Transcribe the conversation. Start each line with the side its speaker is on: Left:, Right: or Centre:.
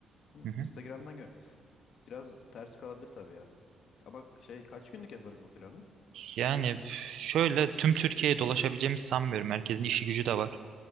Left: hı,
Right: Hı hı.
Left: Instagram'dan görmüş. Biraz ters kalabilir tabii ya. Ama şey kaç günlük yaparız bu planı?
Right: Yani şöyle tüm Türkiye'ye dolaşabileceğimi sanmıyorum. Herkesin işi gücü de var.